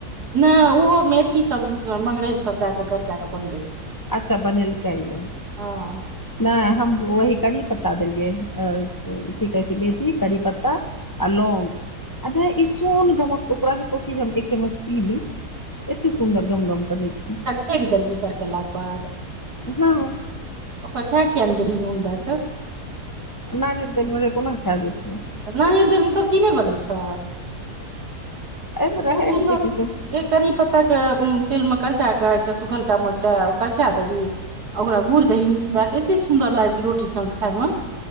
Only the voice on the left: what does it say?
अच्छा बनेलकै ये
नहि हम वही करी पत्ता देलियैहन की कहै छै मेथी करी पत्ता आ लौंग आ नहि ई सोन गमकतौ तोरा हेतौ कि जे हम एक चम्मच पी ली एत्ते सुन्दर गम गम करै छै
हँ
नारियल तेलमे रहै कोना खा जैतियै।
एहिमे रहै
हेतै किछो किछो